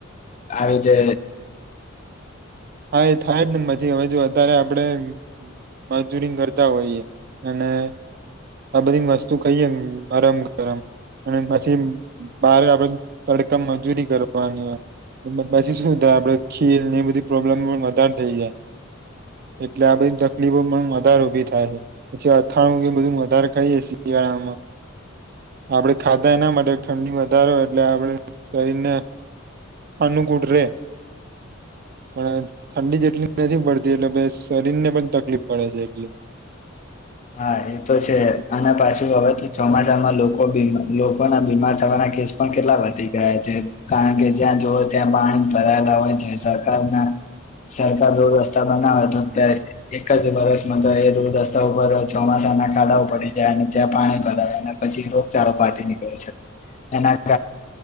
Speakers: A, on the left (about 35°); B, on the right (about 45°).
A: આવીતે
B: હા એ થાય જ ને બાછી હવે જો અ્યારે આપણેે મજૂરી કરતા હોઈએ અને આ બધી વસ્તુ ખાઈએ ગરમ ગરમ અને પછી બાર આપડે તડકા મજૂરી કરવાની હોય પછી શું થાય આપડે ખીલ એ બધી પ્રોબ્લેમ પણ વધારે થઈ જાય એટલે આ બધી તકલીફો પણ વધારે ઊભી થાય છે પછી અથાણું બધું વધારે ખાઈએ શિયાળામાં આપણે ખાધા એના માટે ઠંડી વધારે એટલે આપણે શરીરને અનુકૂટ રે પણ ઠંડી જેટલી નથી પડતી એટલે પ શરીર ને પણ તકલીફ પડે છે એટલી.
A: હા એ તો છે આના પાછ હવે તો ચોમાસામાં લોકો લોકોના બીમાર થવાના કેસ પણ કેટલા વધી ગયા છે કારણ કે જ્યાં જોવો ત્યાં પાણી ભરાયેલા હોય છે સરકારના સરકાર રોડ રસ્તા બનાવે તો એક જ વરષમાં તો એ રોડ રસ્તા ર ચોમાસાના કાડાઓ પડી જાય અને ત્યાં પાણી ભરાય અને પછી રોગચાળો ફાટી નીકળે છે એના